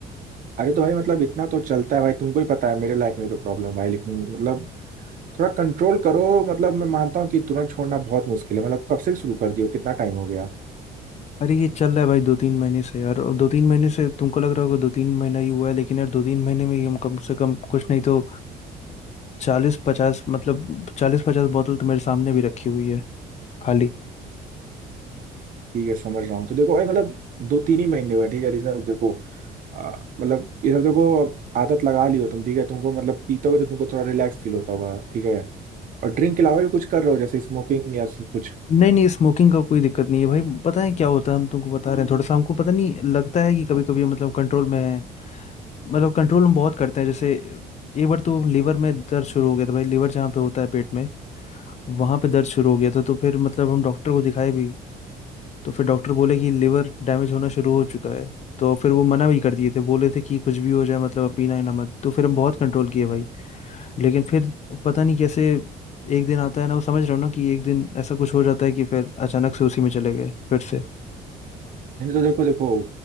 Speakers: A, on the right; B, on the left.
A: अरे तो भाई मतलब इतना तो चलता है भाई तुमको ही पता है मेरे लाइफ में तो प्रॉब्लम भाई लेकिन मतलब थोड़ा कंट्रोल करो मतलब मैं मानता हूँ कि तुरंत छोड़ना बहुत मुश्किल है मतलब कब से शुरू कर दियो कितना टाइम हो गया
B: अरे ये चल रहा है भाई दो तीन महीने से यार और दो तीन महीने से तुमको लग रहा होगा दो तीन महीना ही हुआ है लेकिन यार दो तीन महीने में ही हम कम से कम कुछ नहीं तो चालीस पचास मतलब चालीस पचास बोतल तो मेरे सामने भी रखी हुई है खाली
A: ठीक है समझ रहा हूँ तो देखो भाई मतलब दो तीन ही महीने हुए ठीक है ऋषभ देखो आ, मतलब ये सब देखो अब आदत लगा लियो तुम ठीक है तुमको मतलब पीतोगे तो तुमको थोड़ा रिलैक्स फील होता होगा ठीक है और ड्रिंक के अलावा भी कुछ कर रहे हो जैसे स्मोकिंग या सु- कुछ
B: नहीं नहीं स्मोकिंग का कोई दिक्कत नहीं है भाई पता है क्या होता है हम तुमको बता रहे हैं थोड़ा सा हमको पता नहीं लगता है कि कभी
A: नहीं
B: कभी मतलब कंट्रोल में है मतलब कंट्रोल हम बहुत करते हैं जैसे एक बार तो लीवर में दर्द शुरू हो गया था भाई लीवर जहाँ पे होता है पेट में वहाँ पे दर्द शुरू हो गया था तो फिर मतलब हम डॉक्टर को दिखाए भी तो फिर डॉक्टर बोले कि लीवर डैमेज होना शुरू हो चुका है तो फिर वो मना भी कर दिए थे बोले थे कि कुछ भी हो जाए मतलब अब पीना ही ना मत तो फिर हम बहुत कंट्रोल किए भाई लेकिन फिर पता नहीं कैसे एक दिन आता है ना वो समझ रहे हो ना कि एक दिन ऐसा कुछ हो जाता है कि फिर अचानक से उसी में चले गए फिर से
A: नहीं, तो देखो देखो